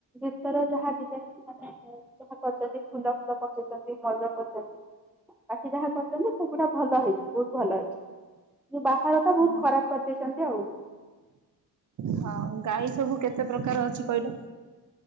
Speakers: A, in the centre; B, on the right.
A: ଭିତର ଯାହାବି <unintelligible> ମାନେ ଯାହା କରଛନ୍ତି ଫୁଲ ଫୁଲ ପକେଇଛନ୍ତି ମୟୂର କରିଛନ୍ତି। ବାକି ଯାହା କରିଛନ୍ତି ସେଗୁଡା ଭଲ ହେଇଛି ବହୁତ ଭଲ ହେଇଛି। ଯୋଉ ବାହାରଟା ବହୁତ
B: ହଁ
A: ଖରାପ କରିଦେଇଛନ୍ତି ଆଉ।
B: ହଁ ଗାଈ ସବୁ କେତେ ପ୍ରକାର ଅଛି କଇଲ?